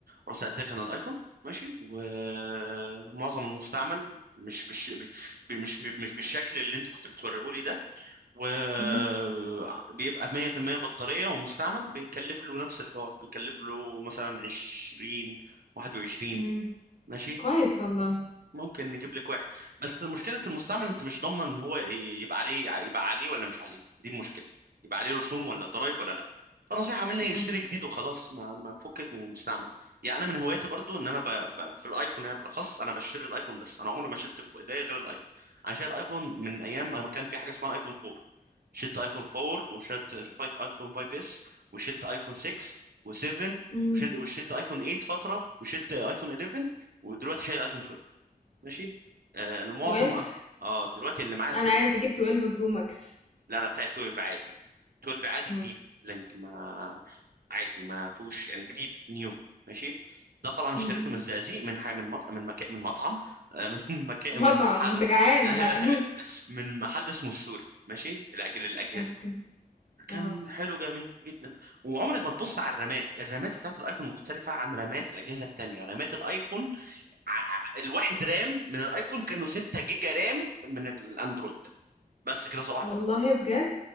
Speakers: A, on the right (about 70°); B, on the left (about 45°).
A: رحت سالت لك عن الايفون ماشي ومعظم المستعمل مش مش مش مش بالشكل اللي انت كنت بتوريه لي ده وبيبقى
B: مم،
A: 100% بطاريه ومستعمل بيكلف له نفس الحوار بيكلف له مثلا 20 21
B: مم،
A: ماشي
B: كويس والله
A: ممكن نجيب لك واحد بس مشكلة المستعمل انت مش ضامنة ان هو ي- يبقى عليه يبقى عليه ولا مش عليه دي المشكلة يبقى عليه رسوم ولا ضرائب ولا لا فنصيحة مني
B: مم،
A: يشتري جديد وخلاص ما ما فكك من المستعمل يعني انا من هواياتي برضو ان انا ب... ب... في الايفون يعني بالاخص انا بشتري الايفون بس انا عمري ما شلت في ايديا غير الايفون انا شايل ايفون من ايام ما كان في حاجة اسمها ايفون 4 شلت ايفون 4 وشلت 5 ايفون 5 اس وشلت ايفون 6 و7
B: مم،
A: وشلت وشلت ايفون 8 فترة وشلت ايفون 11 ودلوقتي شايل ايفون اتناشر. ماشي آه المعظم
B: 12
A: اه دلوقتي اللي معايا 12
B: انا عايز اجيب 12 برو ماكس
A: لا انا بتاعي 12 عادي 12 عادي
B: مم،
A: جديد لينك ما عادي ما فيهوش يعني جديد نيو ماشي ده طبعا
B: مم،
A: اشتريته
B: مم.
A: من الزقازيق من حي من مطعم من مكان من مطعم آه، من <laughs> مكان
B: مطعم
A: من محل
B: انت جعان بقى
A: <laughs>
B: <laughs>
A: من محل اسمه السوري ماشي لاجل الاجهزه
B: اوكي
A: كان
B: اه
A: حلو جميل جدا وعمرك ما تبص على الرامات الرامات بتاعت الايفون مختلفه عن رامات الاجهزه التانيه رامات الايفون ع- ع- الواحد رام من الايفون كانوا 6 جيجا رام من الاندرويد بس كده صباح الفل
B: والله بجد